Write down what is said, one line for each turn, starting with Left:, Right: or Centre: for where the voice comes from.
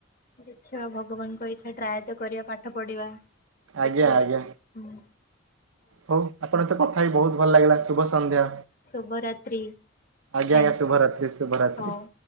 Left: ଦେଖିବା ଭଗବାନଙ୍କ ଇଚ୍ଛା ଟ୍ରାଏ ତ କରିବା ପାଠ ପଢିବା।
Right: ଆଜ୍ଞା
Left: ଦେଖିବା
Right: ଆଜ୍ଞା
Left: ହୁଁ!
Right: ହଉ ଆପଣଙ୍କ କଥା ହେଇ ବହୁତ୍ ଭଲ ଲାଗିଲା ଶୁଭ ସନ୍ଧ୍ୟା।
Left: ଶୁଭରାତ୍ରି।
Right: ଆଜ୍ଞା!
Left: ଥ୍ୟାଙ୍କୟୁ
Right: ଆଜ୍ଞା! ଶୁଭରାତ୍ରି ଶୁଭରାତ୍ରି।
Left: ହଉ।